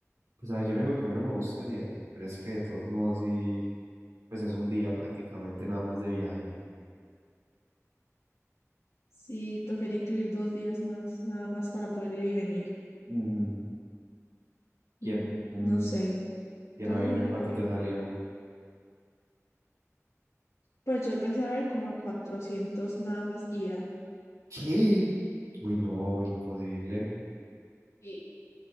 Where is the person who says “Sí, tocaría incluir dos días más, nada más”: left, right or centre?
Left